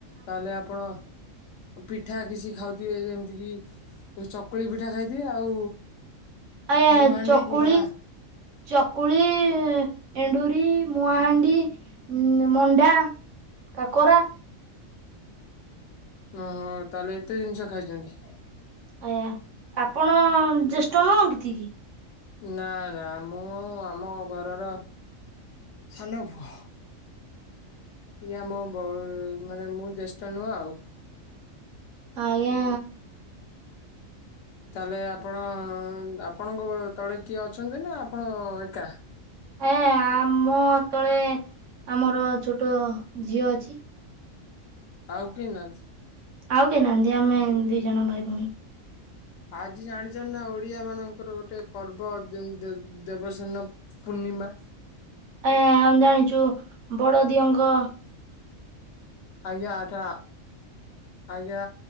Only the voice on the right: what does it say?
ଆଜ୍ଞା
ଚକୁଳି
ଚକୁଳି ଏଣ୍ଡୁରି ମୁହାଣ୍ଡି ମଣ୍ଡା କାକରା
ଆଜ୍ଞା ଆପଣ ଜ୍ୟେଷ୍ଠ ନୁହଁତି କି?
ଆଜ୍ଞା।
ଆଜ୍ଞା ମୋ ତଳେ ଆମର ଛୋଟ ଝିଅ ଅଛି।
ଆଉ କେହି ନାହାନ୍ତି ଆମେ ଦି ଜଣ ଭାଇ ଭଉଣୀ।
ଆଜ୍ଞା ଆମେ ଜାଣିଚୁ ବଡ ଦିଅଁ ଙ୍କ